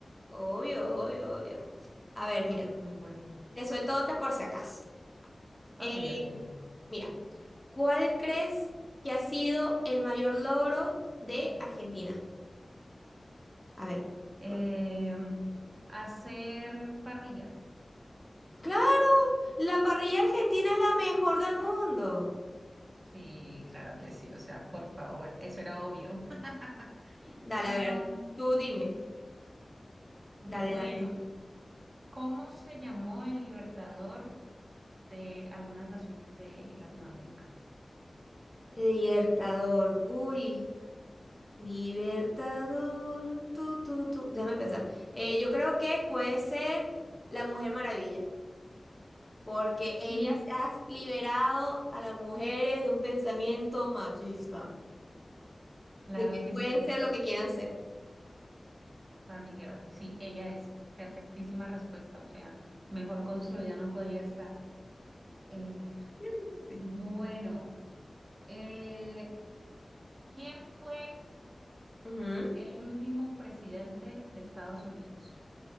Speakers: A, on the left (about 15°); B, on the right (about 45°).
A: Obvio, obvio, obvio. A ver, mira,
B: Muy, muy bueno.
A: te suelto otras por si acaso.
B: Ok,
A: Eh,
B: ok.
A: mira, ¿cuál crees que ha sido el mayor logro de Argentina? A ver. cu-
B: Em, hacer parrilla.
A: Claro, la parrilla argentina es la mejor del mundo.
B: Sí, claro que sí. O sea, por favor, eso era obvio. <laughs>
A: Dale,
B: Am,
A: a ver, tú dime.
B: bueno,
A: Dale, dale.
B: ¿cómo se llamó el libertador de algunas naciones de Latinoamérica?
A: Libertador, uy, Libertador, tú, tú, tú. Déjame pensar. Eh, yo creo que puede ser la Mujer Maravilla, porque
B: Sí,
A: ella se ha liberado a las mujeres de un pensamiento machista,
B: claro
A: de que
B: que
A: pueden
B: sí.
A: ser lo que quieran ser.
B: Barbie Girl. Sí, ella es. Perfectísima respuesta. O sea, mejor construida no podía estar. Eh,
A: <laughs> Sí.
B: Bueno, eh, ¿quién fue
A: Ujú.
B: el último presidente de Estados Unidos?